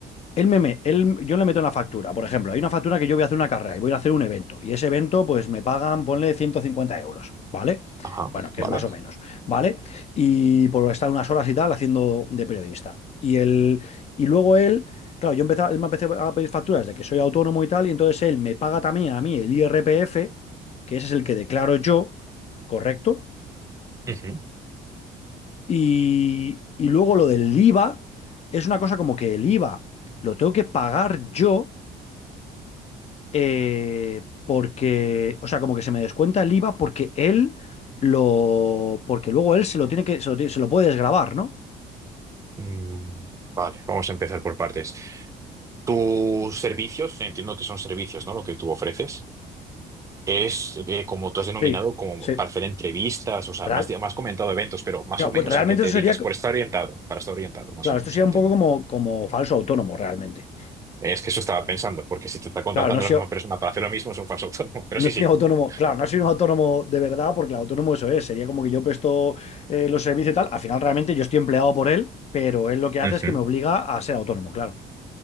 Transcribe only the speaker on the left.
él me, me- él- yo le meto en la factura, por ejemplo, hay una factura que yo voy a hacer una carrera y voy a hacer un evento, y ese evento pues me pagan, ponle 150 euros, ¿vale?
Bueno, que
es más o menos, ¿vale? Y por estar unas horas y tal haciendo de periodista. Y, él, y luego él, claro, yo empezaba, él me empecé a pedir facturas de que soy autónomo y tal, y entonces él me paga también a mí el IRPF, que ese es el que declaro yo, ¿correcto?
Y, y luego lo del IVA, es una cosa como que el IVA lo tengo que pagar yo eh, porque, o sea, como que se me descuenta el IVA porque él lo, porque luego él se lo tiene que, se lo, tiene- se lo puede desgravar, ¿no?
Sí,
sí.
Real,
claro,
bueno, realmente
eso
sería,
claro,
esto sería
un
poco como, como falso autónomo, realmente.
Claro, no soy,
no
soy
autónomo,
claro, no soy un autónomo de verdad, porque el autónomo eso es, sería como que yo presto eh, los servicios y tal, al final realmente yo estoy empleado por él, pero él lo que hace
es que me obliga a ser autónomo, claro.